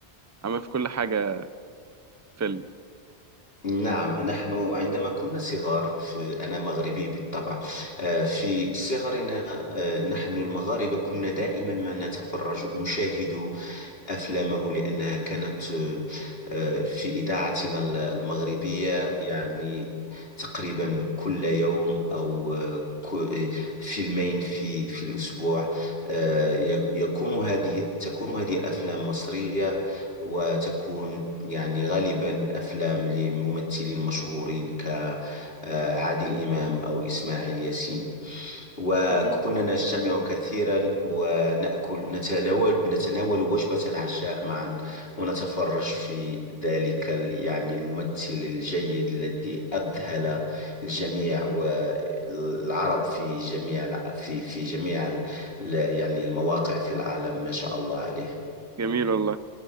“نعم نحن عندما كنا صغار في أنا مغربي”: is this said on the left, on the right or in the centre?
Left